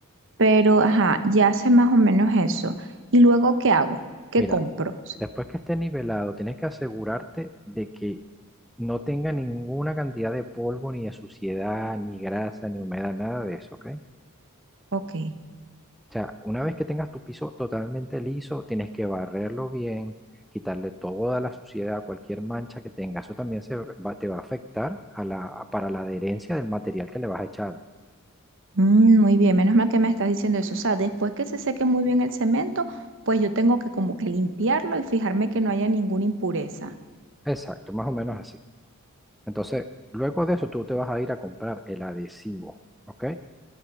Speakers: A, on the right; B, in the centre.
A: pero ajá, ya sé más o menos eso. ¿Y luego qué hago? ¿Qué
B: Mira,
A: compro?
B: después que esté nivelado, tienes que asegurarte de que no tenga ninguna cantidad de polvo, ni de suciedad, ni grasa, ni humedad, nada de eso, ¿ok?
A: Ok,
B: O sea, una vez que tengas tu piso totalmente liso, tienes que barrerlo bien, quitarle toda la suciedad, cualquier mancha que tenga. Eso también se va- te va a afectar a la, para la adherencia del material que le vas a echar.
A: Mm, muy bien, menos mal que me estás diciendo eso. O sea, después que se seque muy bien el cemento, pues yo tengo que como que limpiarlo y fijarme que no haya ninguna impureza.
B: Exacto, más o menos así. Entonces, luego de eso, tú te vas a ir a comprar el adhesivo, ¿ok?